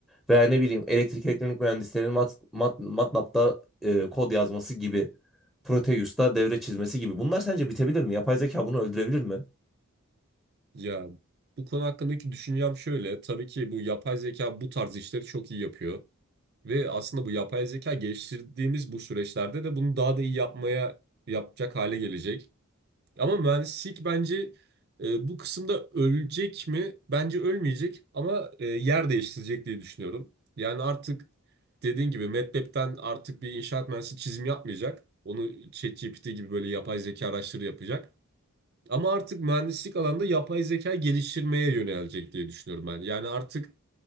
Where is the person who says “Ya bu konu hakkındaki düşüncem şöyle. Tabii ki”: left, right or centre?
Right